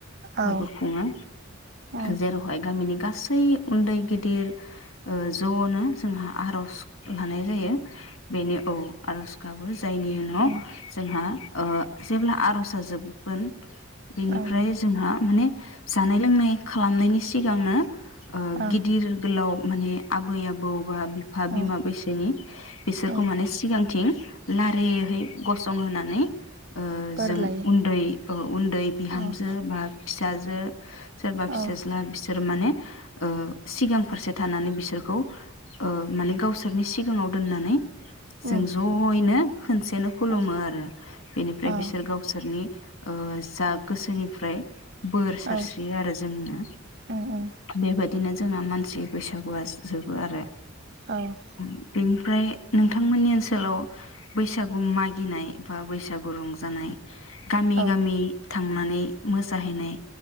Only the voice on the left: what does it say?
फोरबो
खुङो
जेरावहाय गामिनि गास सै उन्दै गिदिर ओह जनो जोंहा आरज लानाय जायो बेनि औ आरज गाबो जो जायनि उनाव
जोंहा ओह जेब्ला आरज आ जोबगोन बेनिफ्राय
जोंहा माने जानाय लोंनाय खालामनायनि सिगांनो ओह
गिदिर गोलाव माने आबै आबौ <unintelligible> बिफा
बिमा बैसोनि बिसोरखौ
माने सिगांथिं लारिहै गसंहोनानै ओह
जों
उन्दै ओह उन्दै बिहामजो
बा फिस जाजो सोरबा
फिसाज्ला बिसोर माने ओह सिगां फारसे थानानै बिसोरख खौ ओह माने गावसोरनि सिगाङाव दोननानै जों
जयैनो खोनसेनो खुलुमो
आरो बेनिफ्राय
बिसोर गावसोरनि ओह जा गोसोनिफ्राय बोर सारस्रियो
आरो जोंनो
बेबायदिनो जो जोंना मानसि बैसागुआ जोबो आरो।
ओम बेनिफ्राय नोंथांमोननि ओनसोलाव बैसागु मागिनाय बा बैसागु रंजानाय। गामि
गामि। थांनानै मोसाहैनाय